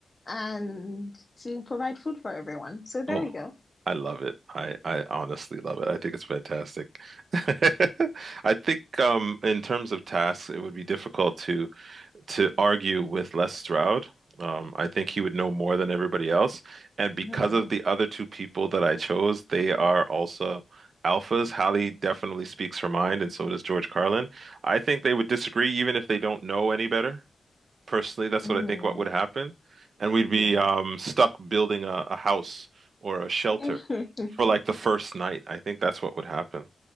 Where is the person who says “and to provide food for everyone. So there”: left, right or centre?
Left